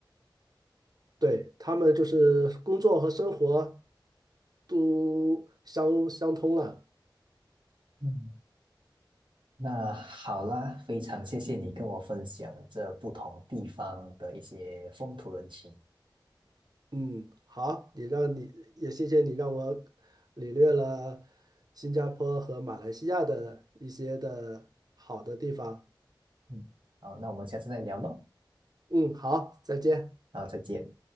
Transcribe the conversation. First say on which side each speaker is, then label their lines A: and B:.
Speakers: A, on the right; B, on the right.
A: 对，他们就是工作和生活都相相通了。
B: 嗯，那好啦，非常谢谢你跟我分享这不同地方的一些风土人情。
A: 嗯，好，你让你也谢谢你让我领略了新加坡和马来西亚的一些的好的地方。
B: 嗯，好，那我们下次再聊喽。
A: 嗯，好，再见。
B: 好，再见。